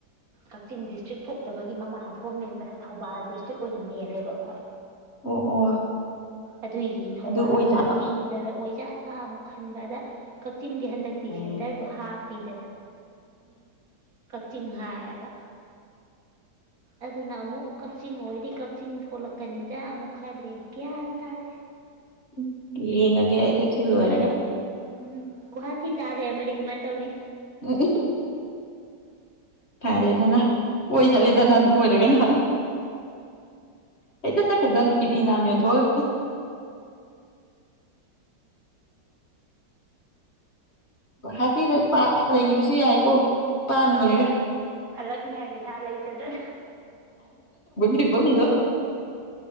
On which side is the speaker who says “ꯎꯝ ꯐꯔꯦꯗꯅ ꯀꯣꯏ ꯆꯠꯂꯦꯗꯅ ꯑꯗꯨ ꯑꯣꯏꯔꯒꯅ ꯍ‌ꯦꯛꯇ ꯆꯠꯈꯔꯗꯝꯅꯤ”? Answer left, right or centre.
Left